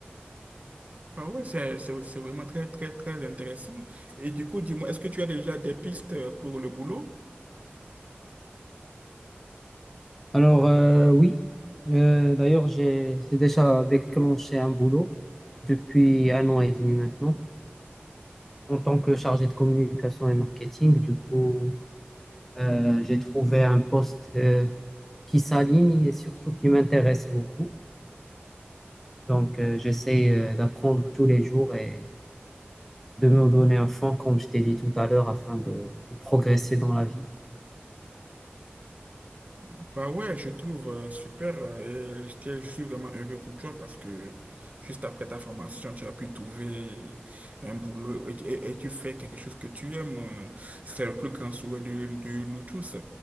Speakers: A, on the right; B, in the centre.
A: Bah ouais, c'est, c'est, c'est vraiment très, très, très intéressant. Et du coup, dis-moi, est-ce que tu as déjà des pistes pour le boulot?
B: Alors, euh, oui, Euh, d'ailleurs, j'ai j'ai déjà déclenché un boulot depuis un an et demi maintenant en tant que chargé de communication et marketing. Du coup, euh, j'ai trouvé un poste euh, qui s'aligne et surtout qui m'intéresse beaucoup. Donc, euh, j'essaie euh, d'apprendre tous les jours et de me donner à fond, comme je t'ai dit tout à l'heure, afin de, de progresser dans la vie.
A: Bah ouais, je trouve euh, super euh, et je je suis vraiment heureux pour toi parce que juste après ta formation, tu as pu trouver un boulot et, et- et tu fais quelque chose que tu aimes. euh, C'est le plus grand souhait de, de nous tous.